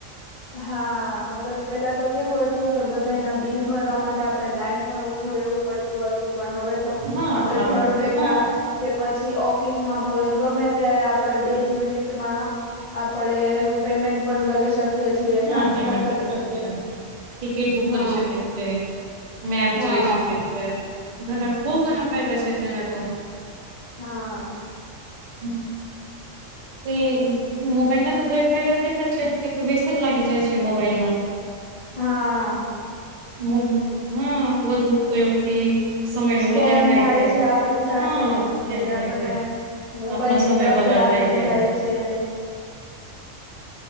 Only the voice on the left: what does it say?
હા હવે પેલા તો કેવું હતું કે બધા ના બિલ ભરવા માટે આપડે લાઈન પર ઉભું રહેવું પડતું હતું પણ હવે તો
આપડે
ઘર બેઠા
કે પછી ઓફિસમાં હોય ગમે ત્યારે આપણે બેજ મિનિટમાં આપડે પેમેન્ટ પણ કરી શકીએ છીએ
ટ્રાન્સફર
કરી
શકીએ
હા
હા
હા
હા
સ્કેમ
આપડી સાથે
પછી
આપણને
મોબાઈલની
લત
લાગી
જાય છે